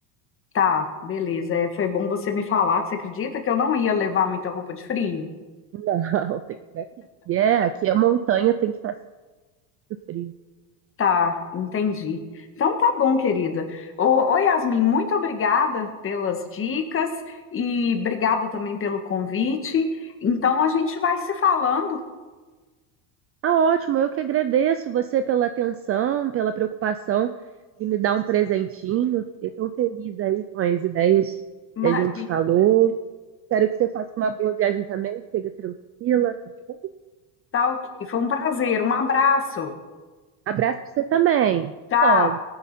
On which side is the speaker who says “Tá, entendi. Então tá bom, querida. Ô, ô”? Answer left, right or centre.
Left